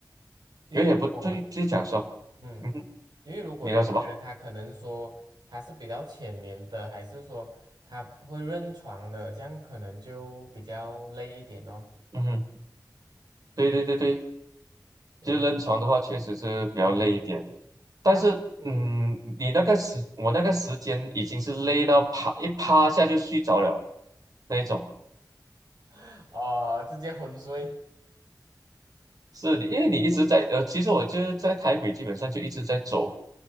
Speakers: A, on the right; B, on the right.
A: 因为如果
B: 有点不对，就讲说
A: 嗯，
B: 嗯哼，
A: 因为如果有一些人他可能说他是比较浅眠的，
B: 你说什么？
A: 还是说他会认床的，这样可能就比较累一点哦。
B: 嗯哼，对对对对，
A: 嗯，
B: 就是扔床的话，确实是比较累一点。但是，
A: 他嗯，
B: 嗯，你那个时，我那个时间已经是累到趴一趴下就睡着了那一种。
A: <laughs> 哦，直接昏睡。
B: 是你因为你一直在，呃，其实我就是在台北，基本上就一直在走，